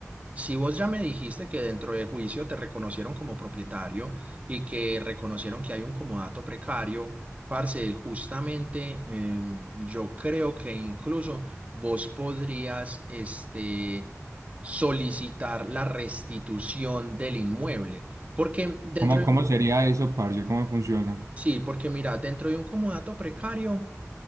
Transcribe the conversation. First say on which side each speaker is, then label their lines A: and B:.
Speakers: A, on the right; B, on the right.
A: si vos ya me dijiste que dentro de juicio te reconocieron como propietario y que reconocieron que hay un comodato precario, parce, justamente em, yo creo que incluso vos podrías este, solicitar la restitución del inmueble, porque dentro
B: ¿Cómo,
A: de
B: cómo
A: un, co-
B: sería eso, parce? ¿Cómo funciona?
A: sí, porque mira, dentro de un comodato precario